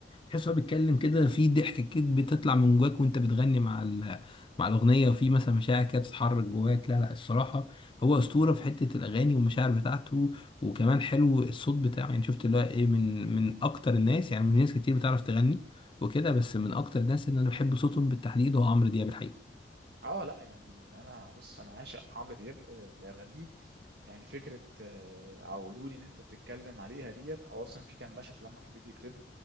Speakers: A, on the left; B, on the right.
A: تحس هو بيتكلم كده في ضحك كده بتطلع من جواك وانت بتغني مع ال- مع الاغنيه وفي مثلا مشاعر كده بتتحرك جواك لا لا الصراحه هو اسطوره في حته الاغاني والمشاعر بتاعته وكمان حلو الصوت بتاعه يعني شفت اللي هو ايه من من اكتر الناس يعني في ناس كتير بتعرف تغني وكده بس من اكتر الناس اللي انا بحب صوتهم بالتحديد هو عمرو دياب الحقيقة
B: اه لا يعني انا بص انا عاشق لعمرو دياب آه، لاغانيه يعني فكره آه، عودوني ان انت بتتكلم عليها ديت او اصلا في كان مشهد لما كان فيديو كليب